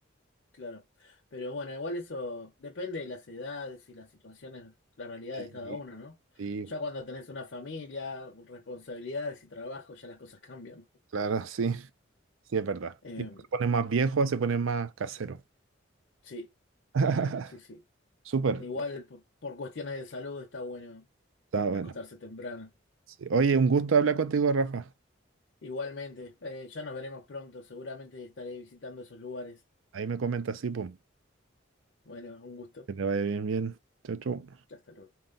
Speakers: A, on the left (about 60°); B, on the right (about 80°).
A: Claro. Pero bueno, igual eso depende de las edades y las situaciones, la realidad
B: Sí,
A: de cada uno, ¿no?
B: sí,
A: Ya cuando tenés una familia, responsabilidades y trabajo, ya las cosas cambian.
B: claro, sí, sí es verdad.
A: Eh,
B: Y pues se pone más viejo, se pone más casero.
A: sí,
B: <laughs>
A: sí, sí.
B: Súper,
A: Igual po- por cuestiones de salud está bueno
B: está bueno.
A: acostarse temprano.
B: Sí. Oye, un gusto hablar contigo, Rafa.
A: Igualmente, eh, ya nos veremos pronto. Seguramente estaré visitando esos lugares.
B: Ahí me comenta, sí, pum.
A: Bueno, un gusto.
B: Que te vaya bien, bien. Chau, chau.
A: Hasta luego.